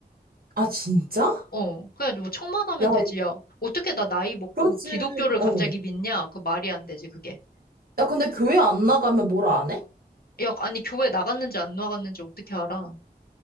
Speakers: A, on the right; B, on the left.
A: 아, 진짜?
B: 어, 그냥 뭐 청만 하면
A: 야,
B: 되지, 야. 어떻게 나 나이 먹고
A: 그렇지.
B: 기독교를 갑자기
A: 어.
B: 믿냐? 그 말이 안 되지, 그게.
A: 야, 근데 교회 안 나가면 뭐라 안 해?
B: 야, 아니, 교회 나갔는지 안 나갔는지 어떻게 알아?